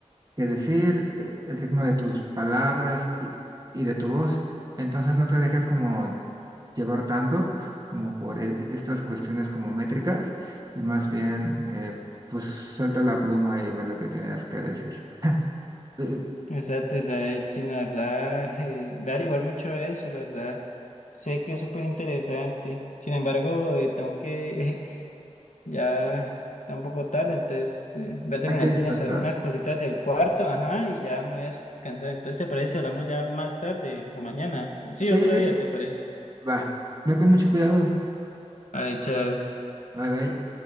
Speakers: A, on the right; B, on the left.
A: que decir, eh, el ritmo de tus palabras y, y de tu voz. Entonces no te dejes como llevar tanto como por eh, estas cuestiones como métricas y más bien eh, pues suelta la pluma y ve lo que tienes que decir. <laughs> Eh,
B: Exacto, Israel, sí, la verdad, eh, voy a averiguar mucho de eso, la verdad. Sé que es súper interesante. Sin embargo, eh, tengo que, eh, <laughs> ya está un poco tarde, entonces eh, voy a terminar
A: hay que descansar.
B: de organizar unas cositas del cuarto, ajá, y ya me voy a descansar. Entonces, ¿te parece? si Hablamos ya más tarde o mañana. O sí,
A: Sí,
B: otro
A: sí, sí.
B: día, ¿te parece?
A: va. Ve con mucho cuidado.
B: Vale, chao.
A: Bye, bye.